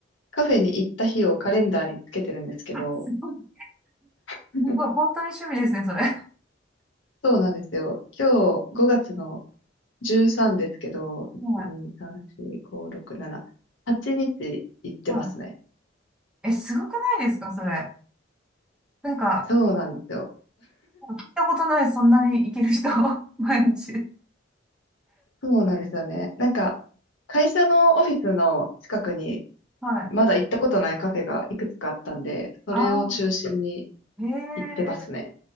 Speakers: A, on the left; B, in the centre.
A: カフェに行った日をカレンダーにつけてるんですけど、
B: <laughs> すごい、<laughs> す
A: <laughs>
B: ごい、本当に趣味ですね、それ。
A: そうなんですよ。今日5月の13ですけど、
B: はい。
A: 1、2、3、4、5、6、7、8日行ってますね。
B: はい。え、すごくないですか、それ。なんか、
A: そうなんですよ。
B: 聞いたことない、そんなにいける人、<laughs> 毎日。
A: そうなんですよね。なんか、会社のオフィスの近くに
B: はい。
A: まだ行ったことないカフェがいくつかあったんで、それを中心に
B: ああ、へえ。
A: 行ってますね。